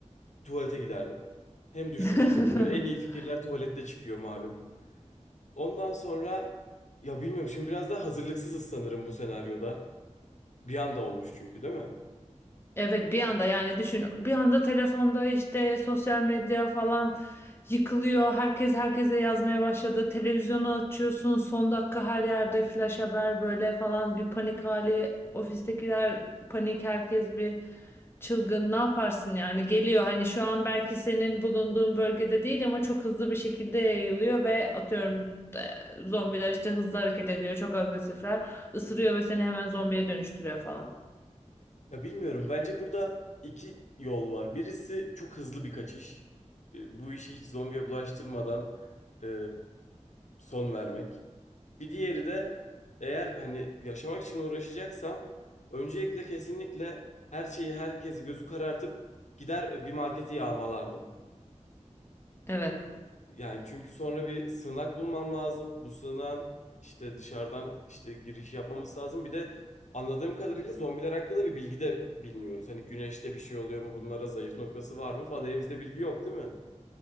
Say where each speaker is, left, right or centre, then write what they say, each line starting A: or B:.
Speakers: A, on the left; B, on the left.
A: tuvalete giderdim. Hem düşünürdüm.
B: <laughs>
A: Böyle En iyi fikirler tuvalette çıkıyor malum. Ondan sonra ya bilmiyorum şimdi biraz daha hazırlıksızız sanırım bu senaryoda. Bir anda olmuş çünkü değil mi?
B: Evet bir anda yani düşün bir anda telefonda işte sosyal medya falan yıkılıyor. Herkes herkese yazmaya başladı. Televizyonu açıyorsun son dakika her yerde flash haber böyle falan bir panik hali. Ofistekiler panik herkes bir çılgın ne yaparsın yani geliyor hani şu an belki senin bulunduğun bölgede değil ama çok hızlı bir şekilde yayılıyor ve atıyorum e, zombiler işte hızlı hareket ediyor çok agresifler ısırıyor ve seni hemen zombiye dönüştürüyor falan.
A: Ya bilmiyorum. Bence burada iki yol var. Birisi çok hızlı bir kaçış. E, Bu işi hiç zombiye bulaştırmadan e, son vermek. Bir diğeri de eğer hani yaşamak için uğraşacaksam öncelikle kesinlikle her şeyi herkes gözü karartıp gider bir marketi yağmalardım.
B: Evet.
A: Yani çünkü sonra bir sığınak bulmam lazım. Bu sığınağın işte dışarıdan işte giriş yapmaması lazım. Bir de anladığım kadarıyla zombiler hakkında bir bilgi de bilmiyoruz. Hani güneşte bir şey oluyor mu? Bunlara zayıf noktası var mı falan. Elimizde bilgi yok, değil mi?